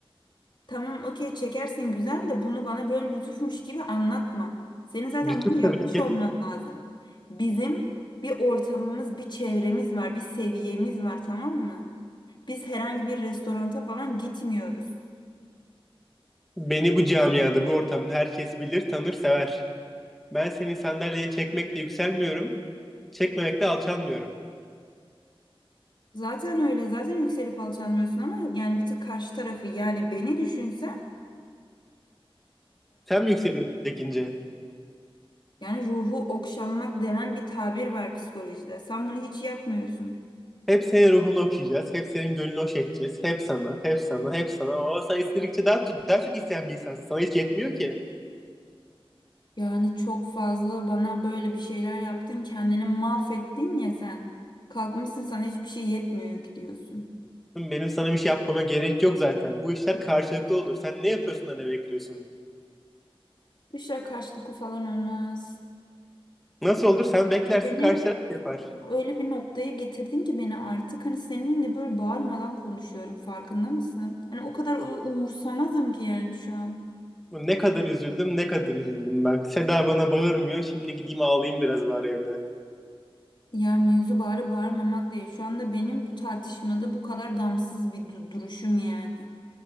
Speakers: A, on the left; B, in the centre.
A: Tamam okey çekersin güzel de bunu bana böyle lütufmuş gibi anlatma. Senin zaten
B: Lütuf
A: bunu yapmış
B: tabii ki.
A: olman lazım. Bizim bir ortamımız, bir çevremiz var, bir seviyemiz var tamam mı? Biz herhangi bir restoranta falan gitmiyoruz.
B: Beni bu camiada, bu ortamda herkes bilir, tanır, sever. Ben seni sandalyeye çekmekle yükselmiyorum, çekmemekle alçalmıyorum.
A: Zaten öyle zaten yükselip alçalmıyorsun ama yani bir tık karşı tarafı yani beni düşünsen
B: Sen mi yükseliyorsun çekince?
A: Yani ruhu okşanmak denen bir tabir var psikolojide. Sen bunu hiç yapmıyorsun.
B: Hep senin ruhunu okşayacağız, hep senin gönlünü hoş edeceğiz. Hep sana, hep sana, hep sana. Ama sen istedikçe daha, daha çok isteyen bir insansın. Sana hiç yetmiyor ki.
A: Yani çok fazla bana böyle bir şeyler yaptın, kendini mahvettin ya sen. Kalkmışsın sana hiçbir şey yetmiyor gidiyorsun.
B: Benim sana bir şey yapmama gerek yok zaten. Bu işler karşılıklı olur. Sen ne yapıyorsun da ne bekliyorsun?
A: Bu işler karşılıklı falan olmaz.
B: Nasıl olur? Sen beklersin,
A: Beni
B: karşı taraf yapar.
A: öyle bir noktaya getirdin ki beni artık hani seninle böyle bağırmadan konuşuyorum farkında mısın? Hani o kadar ö- umursamazım ki yani şu an.
B: Ne kadar üzüldüm, ne kadar üzüldüm bak. Seda bana bağırmıyor. Şimdi gideyim ağlayayım biraz bari evde.
A: Ya mevzu bağırıp bağırmamak değil. Şu anda benim bu tartışmada bu kadar gamsız bir du- duruşum yani.